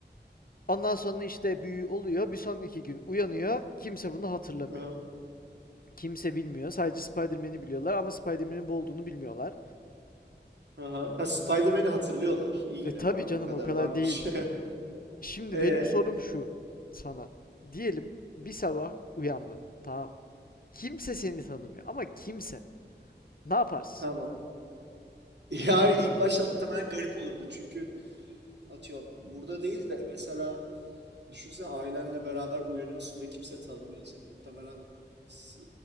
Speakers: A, on the left (about 50°); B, on the right (about 70°).
A: Ondan sonra işte büyü oluyor. Bir sonraki gün uyanıyor. Kimse bunu hatırlamıyor.
B: Aha.
A: Kimse bilmiyor. Sadece Spider-Man'i biliyorlar ama Spider-Man'in bu olduğunu bilmiyorlar.
B: Aha. Ha Spider-Man'i hatırlıyorlar. İyi
A: E
B: yine
A: tabii
B: bari
A: canım
B: o kadar
A: o kadar
B: varmış.
A: değil.
B: <laughs>
A: Şimdi
B: E.
A: benim sorum şu sana. Diyelim bir sabah uyandın. Tamam. Kimse seni tanımıyor ama kimse. Ne yaparsın?
B: Tamam. Yani ilk başta muhtemelen garip olurdu çünkü atıyorum burada değil de mesela düşünsene ailenle beraber uyanıyorsun ve kimse tanımıyor seni. Muhtemelen s-